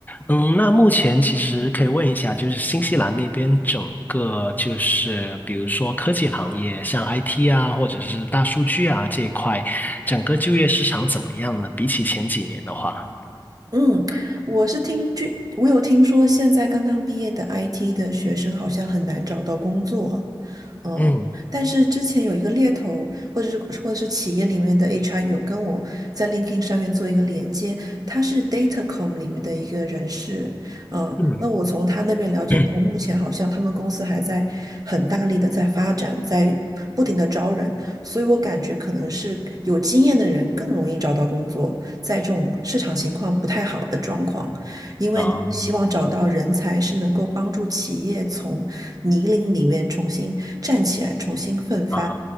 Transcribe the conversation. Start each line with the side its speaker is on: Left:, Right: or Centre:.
Left: 嗯，那目前其实可以问一下，就是新西兰那边整个就是比如说科技行业，像 IT 啊，或者是大数据啊这一块，整个就业市场怎么样呢？比起前几年的话，
Right: 嗯，我是听据我有听说，现在刚刚毕业的 IT 的学生好像很难找到工作。呃，
Left: 嗯
Right: 但是之前有一个猎头，或者是或者是企业里面的 HR 有跟我在 LinkedIn 上面做一个连接，他是 Datacom 里面的一个人事，嗯、
Left: 嗯
Right: 那我从他那边了解到，
Left: <clears throat>
Right: 目前好像他们公司还在很大力的在发展，在不停的招人，所以我感觉可能是有经验的人更容易找到工作，在这种市场情况不太好的状况，因为希望找到人才是能够帮助企业从泥泞里面重新站起来，
Left: 啊
Right: 重新奋发。
Left: 啊，